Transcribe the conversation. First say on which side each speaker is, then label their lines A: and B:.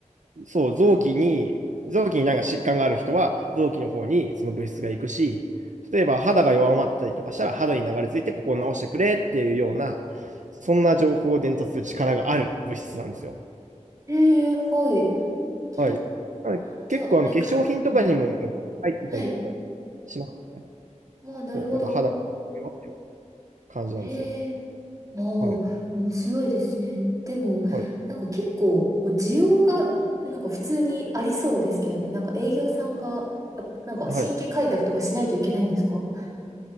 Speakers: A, on the right (about 75°); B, on the right (about 25°).
A: そう、臓器に、臓器になんか疾患がある人は、臓器の方にその物質が行くし、例えば肌が弱まってたりとかしたら、肌に流れ着いてここを直してくれっていうような、そんな情報を伝達する力がある物質なんですよ。
B: ええ、はい。で、
A: はい。なので結構あの化粧品とかにも入ってたりとかね、
B: じゃあ、えく、うん。はい。
A: しますね。
B: ああ、なるほど。
A: そう、だから肌に弱いっていう感じなんですよ。
B: ええ、ああ、
A: はい。
B: 面白いですね。でも、
A: はい。
B: なんか結構、もう需要が、なんか普通にありそうですけどね。なんか営業さんが、やっぱなんか新規開拓とかしないといけないんですか
A: はい。